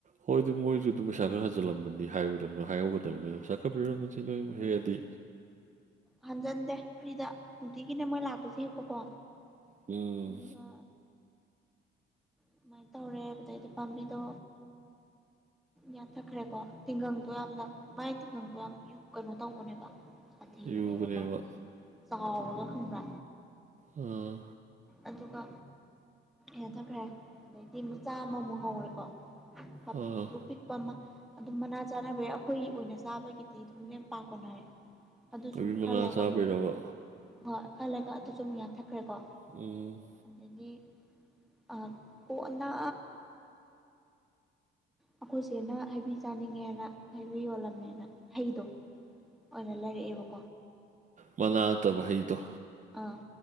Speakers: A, on the right; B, in the centre.
A: ꯍꯣꯏ ꯑꯗꯨ ꯃꯣꯏꯁꯨ ꯑꯗꯨꯝ ꯄꯩꯁꯥ ꯈꯔ ꯍꯟꯖꯤꯜꯂꯝꯃꯅꯤ ꯍꯥꯏꯌꯨꯗꯅ ꯍꯥꯏꯍꯧꯒꯗꯕꯅꯤ ꯅꯣꯏꯅꯥ ꯄꯩꯁꯥ ꯈꯔ ꯄꯤꯔꯝꯃꯨ ꯁꯤ ꯅꯣꯏ ꯍꯦꯛꯑꯗꯤ
B: ꯍꯟꯖꯟꯗꯦ ꯐ꯭ꯔꯤꯗ ꯅꯨꯡꯇꯤꯒꯤꯅꯦ ꯃꯣꯏ ꯂꯥꯛꯇꯣꯏꯁꯦ ꯍꯦꯛꯄꯀꯣ
A: ꯎꯝ
B: ꯑꯗꯨꯒ ꯑꯗꯨꯃꯥꯏꯅ ꯇꯧꯔꯦ ꯍꯥꯏꯕꯗꯩꯗꯤ ꯄꯥꯝꯕꯤꯗꯣ ꯌꯥꯟꯊꯠꯈ꯭ꯔꯦꯀꯣ ꯇꯤꯡꯒꯪꯗꯣ ꯌꯥꯝꯅ ꯃꯥꯏ ꯇꯤꯡꯒꯪꯗꯣ ꯌꯥꯝ ꯌꯨ ꯀꯩꯅꯣ ꯇꯧꯕꯅꯦꯕ ꯁꯥꯊꯤꯕꯅꯦꯕꯀꯣ
A: ꯌꯨꯕꯅꯦꯕ
B: ꯆꯥꯎꯔꯒ ꯈꯪꯕ꯭ꯔꯥ
A: ꯑꯥ
B: ꯑꯗꯨꯒ ꯌꯥꯟꯊꯠꯈ꯭ꯔꯦ ꯑꯗꯩꯗꯤ ꯃꯨꯛ ꯆꯥꯝꯃꯃꯨꯛ ꯍꯧꯔꯦꯀꯣ ꯈ
A: ꯑꯥ
B: ꯄꯤꯛꯇ꯭ꯔꯨ ꯄꯤꯛꯄ ꯑꯃ ꯑꯗꯨꯝ ꯃꯅꯥ ꯆꯥꯅꯕꯩ ꯑꯩꯈꯣꯏꯒꯤ ꯑꯣꯏꯅ ꯆꯥꯕꯒꯤꯗꯤ ꯑꯗꯨꯝ ꯂꯦꯝꯄꯥ ꯀꯣꯟꯅꯔꯦ꯫ ꯑꯗꯨꯁꯨꯃꯨꯛ
A: ꯀꯣꯕꯤ ꯃꯅꯥ
B: ꯈꯔ ꯂꯩꯔꯒ
A: ꯆꯥꯕꯩꯔꯕ
B: ꯑꯃꯨꯛ ꯍꯣꯏ ꯈꯔ ꯂꯩꯔꯒ ꯑꯗꯨꯁꯨ ꯑꯃꯨꯛ ꯌꯥꯟꯊꯠꯈ꯭ꯔꯦꯀꯣ꯫
A: ꯎꯝ꯫
B: ꯑꯗꯒꯤ ꯑ ꯀꯣꯟꯅ ꯑꯩꯈꯣꯏꯆꯦꯅ ꯍꯩꯕꯤ ꯆꯥꯅꯤꯡꯉꯦꯅ ꯍꯥꯏꯕꯤ ꯌꯣꯜꯂꯝꯃꯦꯅ ꯍꯩꯗꯣ ꯑꯣꯏꯅ ꯂꯩꯔꯛꯑꯦꯕ
A: ꯃꯅꯥꯥ ꯅꯠꯇꯕ ꯍꯩꯗꯣ
B: ꯑꯥ